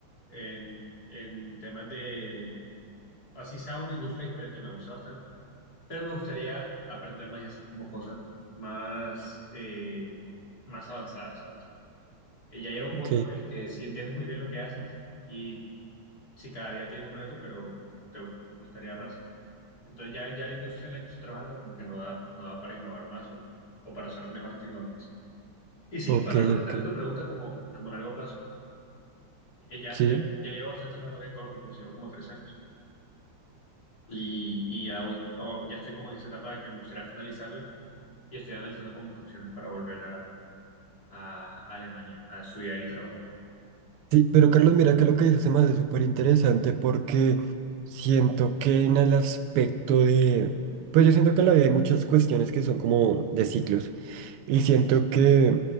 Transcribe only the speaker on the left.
en, en temas de, así sea una industria diferente, me gusta bastante, pero me gustaría aprender más y hacer como cosas más, eh, más avanzadas, ¿sabes? Eh, ya llega un punto
en el que sí entiendes muy bien lo que haces y si cada día tiene un reto, pero te te gustaría más. Entonces ya, ya la industria en la que estoy trabajando como que no da, no da para innovar más o, o para usar mejores tecnologías. Y sí,
para contestar
tu pregunta como, como a largo plazo, eh, ya,
ya, ya llevo bastante trabajando aquí en Colombia, entonces llevo como tres años y, y ya, ul- o- ya estoy como en esa etapa de que me gustaría finalizarla y estoy analizando como qué opciones para volver a, a Alemania a estudiar y trabajar.